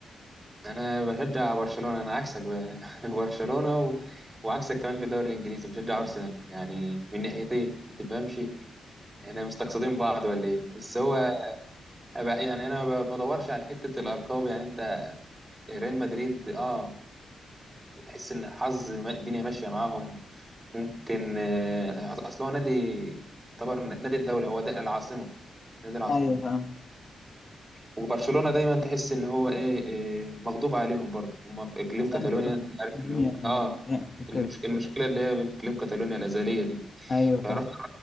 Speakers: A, on the right; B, on the left.
A: انا بشجع برشلونة انا عكسك بقى <laughs> برشلونة و... وعكسك كمان في الدوري الانجليزي بشجع ارسنال يعني من ناحيتين ما تفهمش احنا مستقصدين بعض ولا ايه بس هو أبقى- يعني انا ما بدورش على حتة الالقاب يعني انت ريال مدريد اه تحس ان الحظ ما- الدنيا ماشية معاهم ممكن آه، اصل هو نادي يعتبر نادي الدولة هو ده العاصمة نادي العاصمة
B: ايوه فاهم
A: وبرشلونة دايما تحس ان هو ايه, إيه مغضوب عليهم برضه هم في اقليم
B: عشان
A: كاتالونيا
B: في
A: انت عارف
B: الدنيا
A: اللي هو اه
B: وكده
A: المش- المشكله اللي هي بين اقليم كاتالونيا الازليه دي
B: <laughs> ايوه
A: فراح
B: فاهم